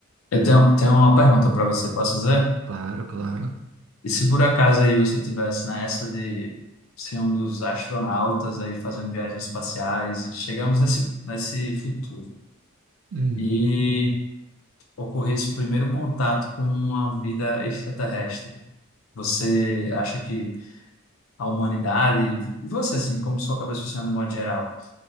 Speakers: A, on the left (about 85°); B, on the right (about 75°).
A: Eu tenho, tenho uma pergunta para você, posso fazer?
B: claro, claro.
A: E se por acaso aí você tivesse nessa de ser um dos astronautas aí fazendo viagens espaciais, chegamos nesse, nesse futuro
B: Hum.
A: e ocorresse o primeiro contato com uma vida extraterrestre, você acha que a humanidade, e você assim, como sua cabeça funciona de modo geral,